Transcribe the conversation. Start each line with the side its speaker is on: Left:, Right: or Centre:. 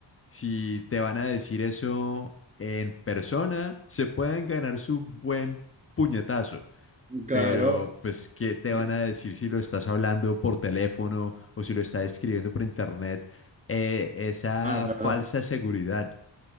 Left: si te van a decir eso en persona, se pueden ganar su buen puñetazo,
Right: Claro,
Left: pero pues, ¿qué te
Right: sí.
Left: van a decir si lo estás hablando por teléfono o si lo estás escribiendo por internet? Eh, esa
Right: Ah, claro.
Left: falsa seguridad,